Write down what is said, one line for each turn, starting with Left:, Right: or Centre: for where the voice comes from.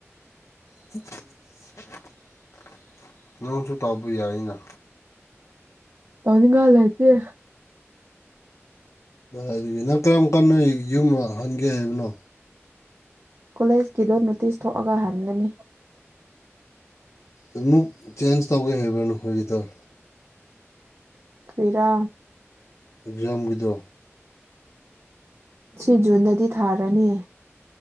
Left: <unintelligible> <inaudible> ꯅꯪꯁꯨ ꯇꯥꯎꯕ ꯌꯥꯏ ꯑꯩꯅ
Right: ꯇꯥꯎꯅꯤꯡꯒꯂ ꯑꯥꯏꯇ
Left: ꯑꯗꯨꯗꯒꯤ ꯅꯪ ꯀꯔꯝ ꯀꯥꯟꯅꯣ ꯌꯨꯝꯣ ꯐꯍꯟꯒꯦ ꯍꯥꯏꯕꯅꯣ
Right: ꯀꯣꯂꯦꯖꯀꯤꯗꯣ ꯅꯣꯇꯤꯁ ꯊꯣꯛꯑꯒ ꯍꯟꯒꯅꯤ
Left: ꯑꯃꯨꯛ ꯆꯦꯟꯖ ꯇꯧꯒꯦ ꯍꯥꯏꯕ꯭ꯔꯥꯅꯨ ꯍꯧꯖꯤꯇꯥꯜ
Right: ꯀꯤꯔꯥ
Left: ꯌꯝꯒꯤꯗ
Right: ꯁꯤ ꯖꯨꯟꯗꯗꯤ ꯊꯥꯔꯅꯤ